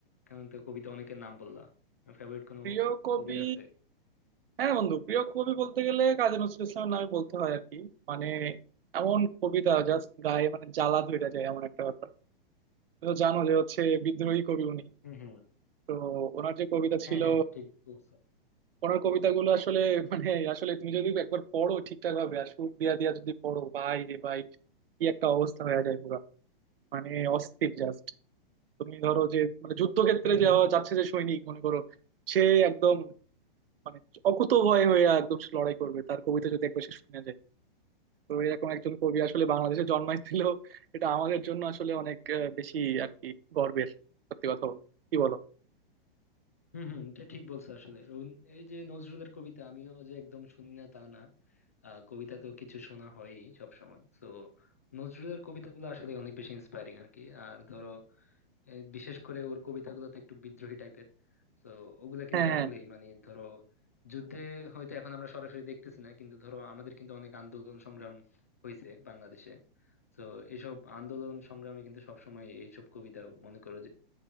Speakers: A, on the left (about 15°); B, on the right (about 70°).
A: কারণ তো কবিতা অনেকের নাম বললা ফেভারিট কোনো
B: প্রিয় কবি
A: কবি আছে
B: হ্যাঁ বন্ধু প্রিয় কবি বলতে গেলে কাজী নজরুল ইসলামের নামে বলতে হয় আর কি মানে এমন কবিতা জাস্ট গায়ে মানে জ্বালা ধরে যায় এমন একটা ব্যাপার তুমি তো জানো যে হচ্ছে বিদ্রোহী কবি উনি
A: হুম হুম
B: তো ওনার যে কবিতা ছিল
A: হ্যাঁ হ্যাঁ ঠিক বলছো
B: ওনার কবিতাগুলো আসলে <laughs> মানে আসলে তুমি যদি একবার পড়ো ঠিকঠাক ভাবে আর সুর দিয়া দিয়া যদি পড়ো ভাই রে ভাই কি একটা অবস্থা হয়ে যায় পুরো মানে অস্থির জাস্ট তুমি ধরো যে মানে যুদ্ধক্ষেত্রে
A: হুম হুম
B: যাওয়া যাচ্ছে যে সৈনিক মনে করো সে একদম মানে অকুত ভয় হয়ে একদম সে লড়াই করবে তার কবিতা যদি একবার সে শুনে যায় তো এরকম একজন কবি আসলে বাংলাদেশে জন্মাইছিল এটা আমাদের জন্য আসলে অনেক আহ, বেশি আর কি গর্বের সত্যি কথা বলতে কি বলো
A: হম হম এটা ঠিক বলছো আসলে রবীন- এই যে নজরুলের কবিতা আমিও যে একদম শুনি না তা না আহ, কবিতা তো কিছু শোনা হয়ই সব সময় তো নজরুলের কবিতাগুলো আসলে অনেক বেশি ইন্সপায়ারিং আর কি আর ধরো এ, বিশেষ করে ওর কবিতাগুলো তো একটু বিদ্রোহী টাইপের তো ওগুলা কিন্তু
B: হ্যাঁ হ্যাঁ
A: আসলেই মানে ধরো যুদ্ধে হয়তো এখন আমরা সরাসরি দেখতেছি না কিন্তু ধরো আমাদের কিন্তু অনেক আন্দোলন সংগ্রাম হয়েছে বাংলাদেশে তো এইসব আন্দোলন সংগ্রামে কিন্তু সবসময় এইসব কবিতা মনে করো